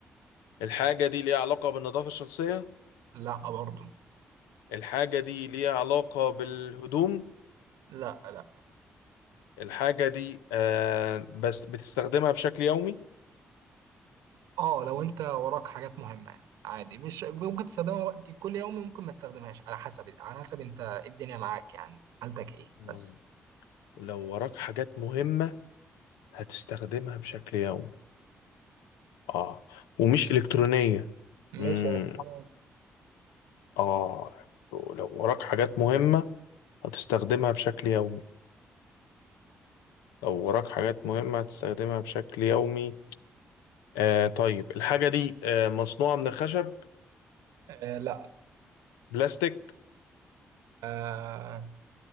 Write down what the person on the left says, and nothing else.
الحاجة دي ليها علاقة بالنظافة الشخصية
الحاجة دي ليها علاقة بالهدوم
الحاجة دي آه بس بتستخدمها بشكل يومي
مم.
ولو وراك حاجات مهمة هتستخدمها بشكل يومي اه ومش إلكترونية
مم.
اه ولو وراك حاجات مهمة هتستخدمها بشكل يومي لو وراك حاجات مهمة هتستخدمها بشكل يومي آه طيب الحاجة دي آه مصنوعة من خشب
بلاستيك